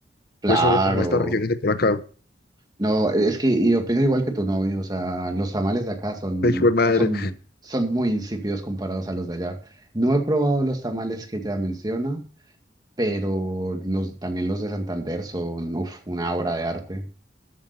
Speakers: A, on the right; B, on the left.
A: Claro,
B: pues solo como estas regiones de por acá.
A: no, es que y opino igual que tu novio, o sea, los tamales de acá son,
B: Pues, hijo de madre,
A: son, son muy insípidos comparados a los de allá. No he probado los tamales que ya menciona, pero los, también los de Santander son, uf, una obra de arte.